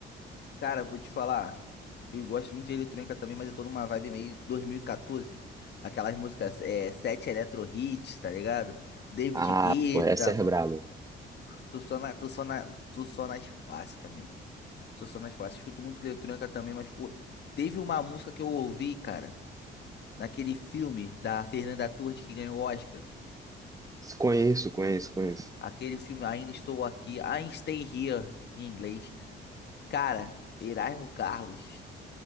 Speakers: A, on the left (about 60°); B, on the right (about 15°).
A: cara, vou te falar. Eu gosto muito de eletrônica também, mas eu tô numa vibe meio 2014. Aquelas músicas, é, Sete Electro Hits, tá ligado? David
B: Ah,
A: Guetta,
B: pô, essa é braba.
A: Tu só na, tu só na, tu só nas clássicas, amigo. Tu só nas clássicas. Escuto muito eletrônica também, mas, pô, teve uma música que eu ouvi, cara, naquele filme da Fernanda Torres que ganhou o Oscar.
B: Conheço, conheço, conheço.
A: Aquele filme Ainda Estou Aqui, I Stay Here, em inglês. Cara, Erasmo Carlos.